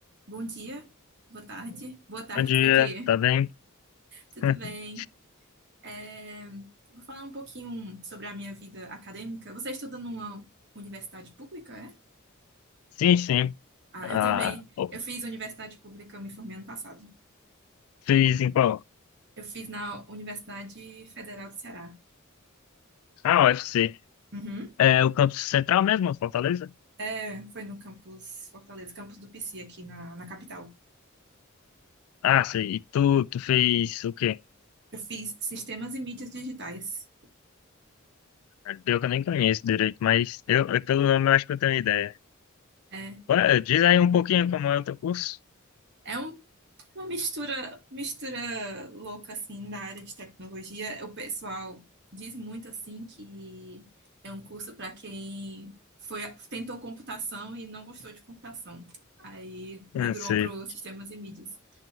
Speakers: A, on the right; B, on the left.
A: Bom dia, boa tarde, boa tarde
B: Bom dia,
A: por aqui.
B: tá bem?
A: Tudo
B: <laughs>
A: bem? É, vou falar um pouquinho sobre a minha vida acadêmica. Você estuda numa universidade pública, é?
B: Sim, sim.
A: Ah,
B: Ah,
A: eu também.
B: ó,
A: Eu fiz universidade pública, eu me formei ano passado.
B: fez em qual?
A: Eu fiz na Universidade Federal do Ceará.
B: Ah, UFC.
A: Uhum.
B: É o campus central mesmo, Fortaleza?
A: É, foi no campus Fortaleza, campus do PC aqui na, na capital.
B: Ah, sei. E tu, tu fez o quê?
A: Eu fiz Sistemas e Mídias Digitais.
B: Ah, Pior que eu nem conheço direito, mas eu, eu, pelo nome eu acho que eu tenho ideia.
A: É,
B: Ué, diz aí um pouquinho como é o teu curso.
A: é um Uma mistura, mistura louca assim na área de tecnologia. O pessoal diz muito assim que é um curso para quem foi tentou computação e não gostou de computação. Aí
B: Não
A: migrou
B: sei.
A: para os sistemas e mídias.